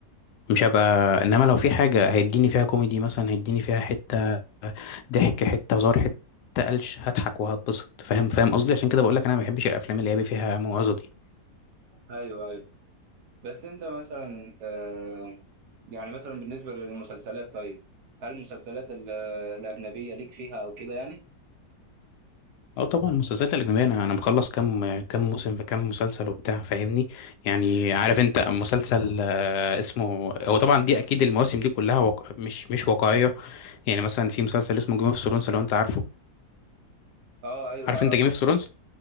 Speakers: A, on the left; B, on the right.
A: مش هبقى انما لو في حاجة هيديني فيها كوميدي مثلا هيديني فيها حتة ضحك حتة هزار حتة قلش هضحك وهتبسط فاهم فاهم قصدي عشان كده بقول لك انا ما بحبش الافلام اللي هي بي فيها موعظة دي
B: ايوه ايوه بس انت مثلا آه، يعني مثلا بالنسبه للمسلسلات طيب هل المسلسلات ال- الاجنبيه ليك فيها او كده يعني
A: اه طبعا المسلسلات الاجنبيه انا انا مخلص كام كام موسم في كام مسلسل وبتاع فاهمني يعني عارف انت مسلسل آه، اسمه هو طبعا دي اكيد المواسم دي كلها وق... مش مش واقعيه يعني مثلا في مسلسل اسمه جيم اوف ثرونز لو انت عارفه
B: اه ايوه
A: عارف
B: اعرفه
A: انت جيم اوف ثرونز